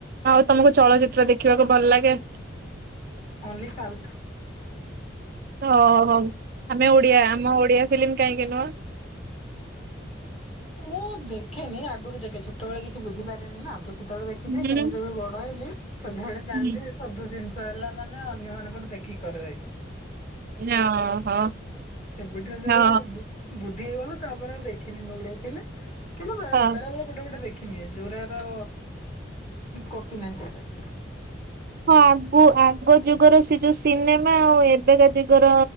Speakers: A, on the right; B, on the left.
A: ଆଉ ତମକୁ ଚଳଚିତ୍ର ଦେଖିବାକୁ ଭଲ ଲାଗେ।
B: Only south.
A: ଓହୋ ଆମେ ଓଡିଆ ଆମ ଓଡିଆ ଫିଲ୍ମ କାହିଁକି ନୁହଁ।
B: ମୁଁ ଦେଖେନି ଆଗରୁ ଦେଖେ ଛୋଟବେଳେ କିଛି ବୁଝିପାରେନି ନା ତ ସେତେବେଳେ ଦେଖ୍ ଖିଥାଏ
A: ହୁଁ
B: କିନ୍ତୁ ଯେବେ ବଡ ହେଲି ସାଦେ ବେଳେ ଜାଣିଲି
A: ହୁଁ
B: ସବୁ ସେମ୍ ତି ହେଲା ଲା ମାନେ ଅନ୍ୟମାନଙ୍କୁ ଠୁ ଦେଖିକି କରାଯାଇଛି।
A: ଓହୋ।
B: ସେବେଠୁ ଯୋଉ
A: ହଁ
B: ବୁଦ୍ଧି ହେଇ ଗଲା ତାପରେ ଆଉ ଦେଖିଲି ନି ଓଡ଼ିଆ ଫିଲିମ୍ କିନ୍ତୁ ବେ
A: ହଁ।
B: ବେଳେ ବେଳେ ଗୋଟେ ଗୋଟେ ଦେଖିନିଏ ଯୋଉରାର କପି ନାହିଁ ସେଟାରେ।
A: ହଁ ଆଗ ଆଗ ଯୁଗର ସେ ଯୋଉ ସିନେମା ଆଉ ଏବେକା ଯୁଗର